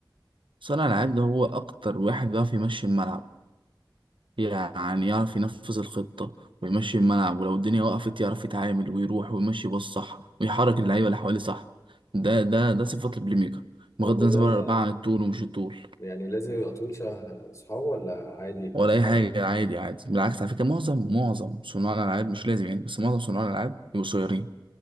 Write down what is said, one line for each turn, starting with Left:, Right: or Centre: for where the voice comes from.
Right: صانع العاب ده هو اكتر واحد بيعرف يمشي الملعب يعني يعرف ينفذ الخطة ويمشي الملعب ولو الدنيا وقفت يعرف يتعامل ويروح ويمشي باص صح ويحرك اللعيبة اللي حواليه صح ده ده ده صفات البلاي ميكر
Left: طب
Right: بغض
Left: وده
Right: النظر بقى عن الطول ومش الطول
Left: يعني لازم يبقى طويل شبه صحابه ولا عادي
Right: ولا
Left: مش
Right: اي
Left: فارق
Right: حاجة عادي عادي بالعكس على فكرة معظم معظم صناع الالعاب مش لازم يعني بس معظم صناع الالعاب بيبقوا قصيرين